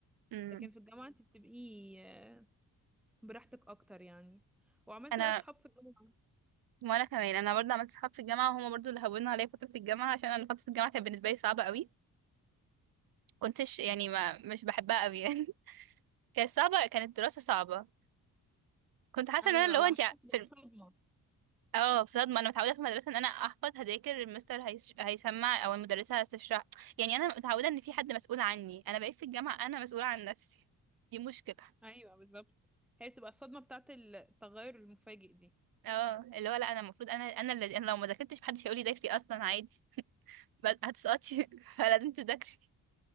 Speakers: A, on the right; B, in the centre.
A: م.
B: لكن في الجامعة انت بتبقي آه، براحتك أكتر يعني وعملت
A: انا
B: بقى صحاب في الجامعة
A: وانا كمان انا برضه عملت صحاب في الجامعة وهما برضه اللي هونوا عليا فترة الجامعة عشان انا فترة الجامعة كانت بالنسبة لي صعبة قوي كنتش يعني ما مش بحبها قوي يعني <laughs> كانت صعبة كانت الدراسة صعبة كنت حاسة
B: أيوة
A: ان انا اللي هو
B: وعملت
A: انت
B: بقى
A: في الم-
B: صدمة
A: اه في صدمة انا متعودة في المدرسة ان انا احفظ هذاكر المستر هيش... هيسمع او المدرسة هتشرح يعني انا متعودة ان في حد مسؤول عني انا بقيت في الجامعة انا مسؤولة عن نفسي دي مشكلة
B: ايوه بالظبط هي بتبقى الصدمه بتاعت التغير المفاجئ دي
A: اه اللي هو لا انا المفروض انا انا اللي انا لو ما ذاكرتش محدش هيقولي ذاكري اصلا عادي بس هتسقطي <laughs> فلازم تذاكري